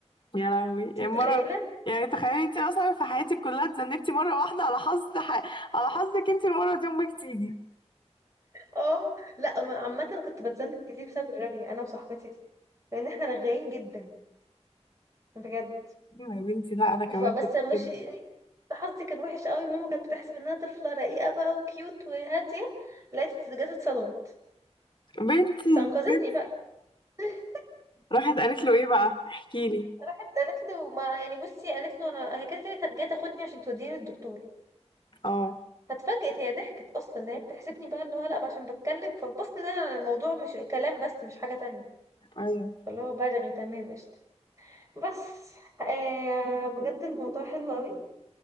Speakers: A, on the left; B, on the right.
A: يا لهوي
B: انت
A: يعني
B: متخيله
A: مرة يعني تخيلي انت اصلا في حياتك كلها اتذنبتي مرة واحدة على حظ ح... على حظك انت المرة دي امك تيجي
B: اه لا ما- عامه كنت بتذنب كتير بسبب الرغي انا وصاحبتي دي لان احنا رغاين جدا بجد
A: ايوه يا بنتي لا انا كمان
B: فبس
A: كنت
B: مش
A: كده
B: حظي كان وحش قوي ماما كانت بتحسب ان انا طفله رقيقه بقى وكيوت وهاديه لقيت جت اتصدمت
A: بنتي
B: بس انقذتني
A: بنتي
B: بقى <laughs>
A: راحت قالت له ايه بقى احكي لي
B: راحت قالت له ما يعني بصي قالت له انا هي كده كده كانت جايه تاخدني عشان توديني للدكتور
A: اه
B: فاتفاجئت هي ضحكت اصلا ان هي بتحسبني بقى اللي هو لا عشان بتكلم فبصت ان انا الموضوع مش كلام بس مش حاجه تانية
A: ايوه
B: اللي هو برغي تمام قشطه بس آه بجد الموضوع حلو قوي